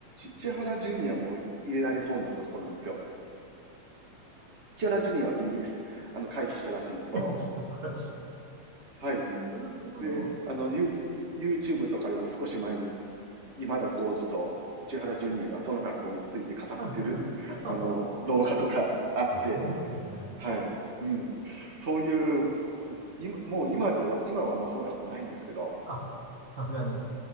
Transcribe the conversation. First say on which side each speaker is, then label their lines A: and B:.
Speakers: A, on the right (about 45°); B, on the right (about 25°).
A: 千原ジュニアも入れられそうになったとこなんですよ。千原ジュニアはギリギリあの回避したらしいんですけど、
B: <laughs> したですか
A: はい。
B: なるほど。
A: で、あの、ユーチュー YouTube とかでも少し前に、今田耕司と千原ジュニアがその学校について語ってる、
B: 話しました。
A: あの、動画とかあって、
B: あ、そうなんですね。
A: はい。うん。そういう、あの、今もう今では今はもうその学校ないんですけど、
B: あ、さすがに。